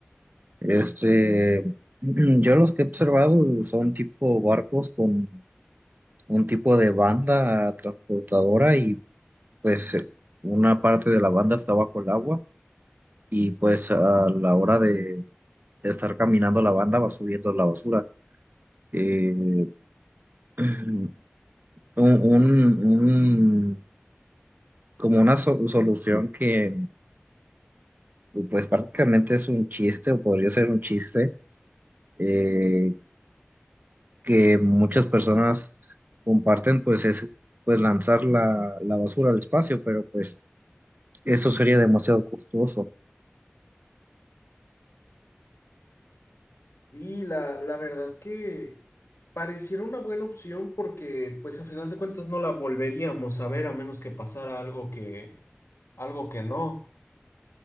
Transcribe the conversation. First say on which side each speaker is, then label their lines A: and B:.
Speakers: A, on the right; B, on the left.
A: Este, <clears throat> yo los que he observado son tipo barcos con un tipo de banda transportadora y pues eh, una parte de la banda está bajo el agua y pues a la hora de, de estar caminando la banda va subiendo la basura. Eh, <clears throat> un, un- un- como una so- solución que pues prácticamente es un chiste o podría ser un chiste eh, que muchas personas comparten, pues es pues lanzar la, la basura al espacio, pero pues eso sería demasiado costoso.
B: Sí, la, la verdad que pareciera una buena opción porque pues a final de cuentas no la volveríamos a ver a menos que pasara algo que algo que no.